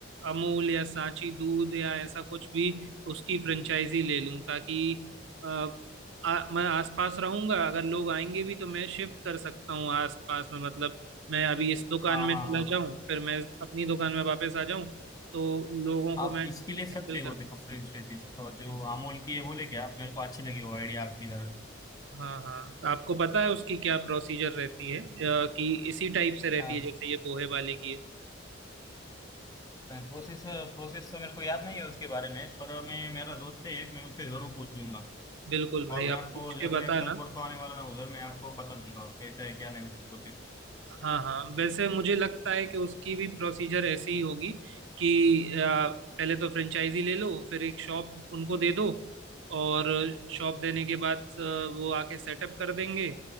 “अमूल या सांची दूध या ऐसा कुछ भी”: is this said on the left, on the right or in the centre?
Right